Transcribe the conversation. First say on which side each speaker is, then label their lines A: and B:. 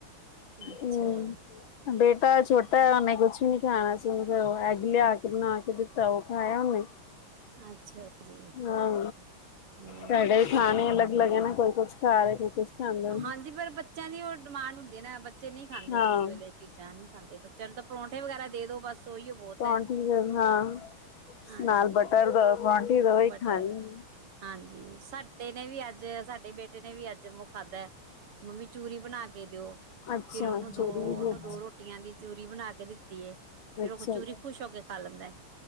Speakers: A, on the right; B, on the left.
A: ਅੱਛਾ।
B: ਹੂੰ। ਬੇਟ ਛਟਾ ਏ, ਉਹਨੇ ਕੁਛ ਹੀ ਨਹੀਂ ਖਾਣਾ ਸੀ, ਉਹਨੁੰ ਫਿਰ ਓ ਐਗ ਲਿਆਕੇ ਬਨਾਕੇ ਦਿੱਤਾ ਉਹ ਖਾਇਆ ਉਹਨੇ।
A: ਅੱਛਾ। ਜੀ
B: ਹਾਂ,
A: ਹੋਰ
B: ਸਾਡੇ ਵੀ ਖਾਣੇ
A: ਹੋਰ
B: ਅਲੱਗ-ਅਲੱਗ ਏ, ਨਾ ਕੋਈ ਕੁੱਛ ਖਾ ਰਹੇ, ਕੋਈ ਕੁਛ ਖਾਂਦਾ
A: ਹਾਂਜੀ, ਪਰ ਬੱਚਿਆਂ ਦੀ ਉਹ ਡਿਮਾਂਡ ਹੁੰਦੀ ਆ ਨਾ, ਬੱਚੇ ਨਹੀਂ ਖਾਂਦੇ
B: ਹਾਂ
A: ਕਿਸੇ ਵੇਲੇ। ਚੀਜ਼ਾਂ ਨੀ ਖਾਂਦੇ, ਬੱਚਿਆਂ ਨੂੰ ਤਾਂ ਪਰੌਂਠੇ ਵਗੈਰਾ ਦੇਦੋ ਬਸ ਉਹੀਓ ਬਹੁਤ
B: ਪਰੋਂਠੀ
A: ਹੈ
B: ਦ, ਹਾਂ।
A: ਹਾਂਜੀ
B: ਨਾਲ ਬਟਰ ਦੋ, ਪਰੋਂਠੀ ਦੋ ਓਹੀ
A: ਬਟਰ
B: ਖਾਨੀ।
A: ਹਾਂਜੀ। ਸਾਡੇ ਨੇ ਵੀ ਅੱਜ, ਸਾਡੇ ਬੇਟੇ ਨੇ ਵੀ ਅੱਜ ਮੂੰਹ ਖਾਧਾ ਮੰਮੀ ਚੂਰੀ ਬਣਾਕੇ ਦਿਓ,
B: ਅੱਛਾ
A: ਫਿਰ ਉਹਨੂੰ ਦੋ,
B: ਚੂਰੀ
A: ਉਹਨੂੰ
B: ਵੀ ਅੱਛਾ
A: ਦੋ ਰ੍ਹੋ ਰੋਟੀਆਂ ਦੀ ਚੂਰੀ ਬਣਾਕੇ ਦਿੱਤੀ ਏ, ਫਿਰ
B: ਅੱਛਾ
A: ਉਹ ਚੂਰੀ ਖੁਸ਼ ਹੋਕੇ ਖਾ ਲੈਂਦਾ‌।